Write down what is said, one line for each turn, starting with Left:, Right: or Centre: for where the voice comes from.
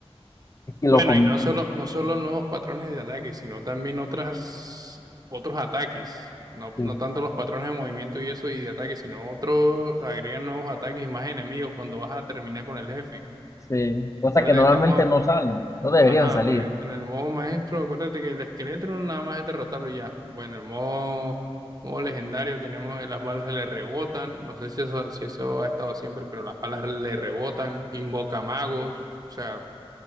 Left: que
Right: Bueno,
Left: lo... compl-
Right: y no solo, no solo nuevos patrones de ataque, sino también otras, otros ataques. No,
Left: sí.
Right: no tanto los patrones de movimiento y eso y de ataque, sino otros agregan nuevos ataques y más enemigos cuando vas a terminar con el jefe.
Left: Sí, cosas
Right: Acuérdate
Left: que normalmente
Right: que estamos
Left: no salen, no deberían
Right: Ajá,
Left: salir.
Right: porque en el modo maestro, acuérdate que el esqueleto nada más es derrotarlo y ya. Bueno, en el modo, modo legendario tenemos eh, las balas le rebotan, no sé si eso, si eso ha estado siempre, pero las balas le rebotan, invoca magos, o sea,